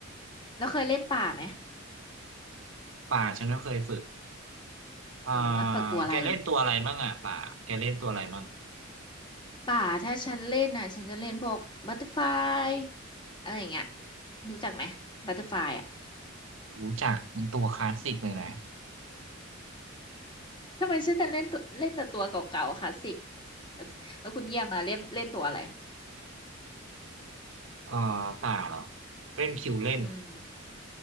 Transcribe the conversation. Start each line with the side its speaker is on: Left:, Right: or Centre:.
Left: แล้วเคยเล่นป่าไหม
Right: ป่าฉันก็เคยฝึก อ่า
Left: อืมมาฝึกตัวอะไรหรอ
Right: แกเล่นตัวอะไรมั่งอ่ะป่าแกเล่นตัวอะไรมั่ง
Left: ป่าถ้าฉันเล่นน่ะฉันจะเล่นพวกบัตเตอร์ฟลายอะไรอย่างเงี้ยรู้จักไหมบัตเตอร์ฟลายอ่ะ
Right: รู้จักมันตัวคลาสสิกเลยนะ
Left: ทำไมฉันแต่เล่นตัวเล่นแต่ตัวเก่าๆคลาสสิกแล้วแล้วคุณเยี่ยมมาเล่นเล่นตัวอะไร
Right: อ่าป่าเหรอเล่นคิวเล่น
Left: อืม